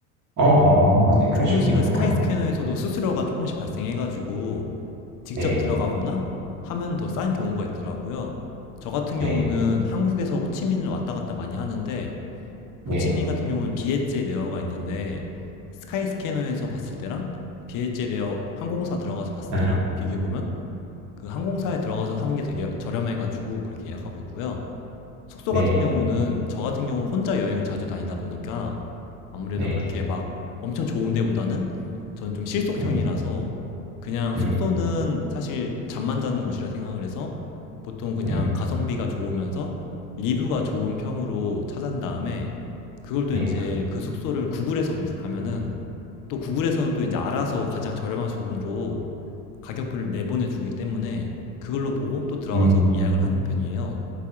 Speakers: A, on the right; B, on the left.
A: 어, 어, 네, 그러시군요.
B: 조금씩은 스카이스캐너에서도
A: 똑같네요.
B: 수수료가 조금씩 발생해가지고 직접
A: 네,
B: 들어가거나 하면 더 싼 경우가 있더라고요. 저 같은
A: 네,
B: 경우는 한국에서 호치민을 왔다 갔다 많이 하는데
A: 네,
B: 호치민 같은 경우는 비엣제 레어가 있는데 스카이스캐너에서 봤을 때랑 비엣제 레어 항공사 들어가서 봤을
A: 아,
B: 때랑 비교해보면 그 항공사에 들어가서 하는 게 되게 저렴해가지고 그렇게 예약하고 있고요. 숙소
A: 네,
B: 같은 경우는 저 같은 경우는 혼자 여행을 자주 다니다 보니까 아무래도
A: 네,
B: 그렇게 막 엄청 좋은 데보다는 저는 좀 실속형이라서
A: 음,
B: 그냥
A: 음,
B: 숙소는 사실 잠만 자는 곳이라 생각을 해서 보통 그냥
A: 음,
B: 가성비가 좋으면서 리뷰가 좋은 평으로 찾은 다음에 그걸
A: 네,
B: 또 이제 그 숙소를 구글에서 검색하면은 또 구글에서는 또 이제 알아서 가장 저렴한 돈으로 가격표를 내보내주기 때문에 그걸로 보고 또 들어가서
A: 음,
B: 예약을 하는 편이에요.